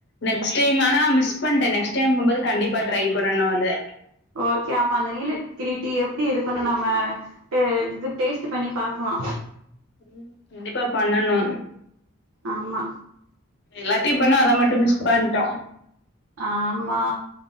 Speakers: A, on the left; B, on the right.
A: நெக்ஸ்ட் டைம் ஆனா மிஸ் பண்ட்ட நெக்ஸ்ட் டைம் போம்போது கண்டிப்பா ட்ரை பண்ணனு அத
B: ஓகே ஆமா அந்த நீலகிரி டீய எப்டி இருக்குனு நம து இது டேஸ்ட்டு பண்ணி பாக்கலா
A: ம் கண்டிப்பா பண்ணணு
B: ஆமா
A: எல்லாத்தையு பண்ணோ அத மட்டு மிஸ் பண்ட்டோ
B: ஆமா